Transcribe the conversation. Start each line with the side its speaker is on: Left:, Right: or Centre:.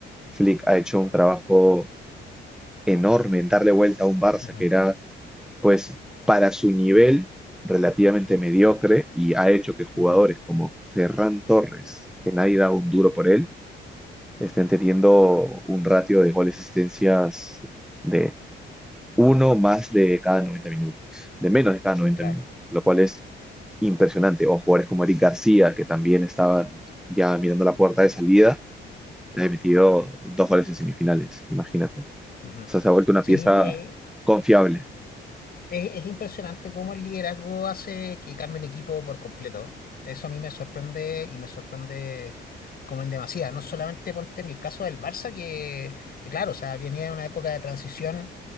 Centre: Flick ha hecho un trabajo enorme en darle vuelta a un Barça
Left: Ujú,
Centre: que era, pues, para su nivel relativamente mediocre y ha hecho que jugadores
Left: ujú,
Centre: como Ferran Torres, que nadie da un duro por él, estén teniendo un ratio de goles y asistencias de uno más de cada 90 minutos, de menos de cada noventa
Left: Claro.
Centre: minutos, lo cual es impresionante. O jugadores como Eric García, que también estaban ya mirando la puerta de salida, te ha metido dos goles en semifinales, imagínate. O
Left: ujú.
Centre: sea, se ha vuelto una
Left: Sí,
Centre: pieza
Left: es, im- eh,
Centre: confiable.
Left: Es, es impresionante cómo el liderazgo hace que cambie un equipo por completo. Eso a mí me sorprende y me sorprende como en demasía. No solamente ponte en el caso del Barça, que, que claro, o sea, venía de una época de transición,